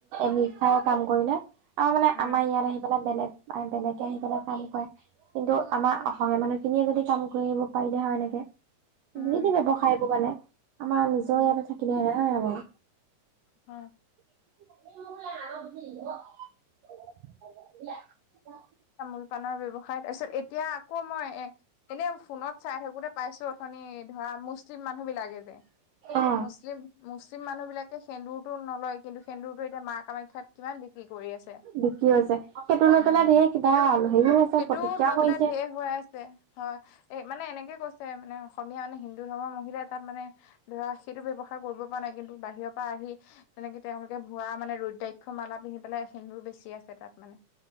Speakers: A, on the right; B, on the left.
A: নিষ্ঠাৰে কাম কৰিলে। আৰু মানে
B: উম
A: আমাৰ ইয়াত আহি পেলাই বেলেগ-বেলেগে আহি পেলাই কাম কৰে। কিন্তু আমাৰ অসমীয়া মানুহখিনিয়ে যদি কাম কৰিব পাৰিলে হয় এনেকে। দুইটি
B: উম
A: বৱসায়বোৰ মানে, আমাৰ নিজৰ
B: উম
A: ইয়াতে থাকিলে হয় নাই বাওঁ?
B: হয়।
A: <unintelligible>
B: তামোল-পাণৰ ব্যৱসায় তাৰ পিছত এতিয়া আকৌ মই এ এনে ফোনত চাই থাকোতে পাইছো অথনি ধৰা মুছলিম মানুহ বিলাকে যে,
A: অ
B: মুছলিম মুছলিম মানুহ বিলাকে সেন্দুৰতটো নলয় কিন্তু সেন্দুৰতটো এতিয়া মা কামাখ্যাত কিমান বিক্ৰী কৰি আছে।
A: বিকি আছে, সেইটো লৈ
B: উম
A: পেলাই ধেৰ
B: সেইটো
A: হেৰিও হৈছে প্ৰতিক্ৰিয়াও
B: লৈ
A: কৰিছে
B: পেলাই ধেৰ হৈ আছে হয়, মানে এনেকে কৈ ছে মানে অসমীয়া মানে হিন্দু ধৰ্মৰ মহিলাই তাত মানে ধৰা সেইটো ব্যৱসায় কৰিব পৰা নাই কিন্তু বাহিৰৰ পা আহি তেনেকে তেওঁলোকে ভুৱা মানে ৰুদ্ৰাক্ষ মালা পিন্ধি পেলাই সেন্দুৰ বেছি আছে। সেই তাত মানে।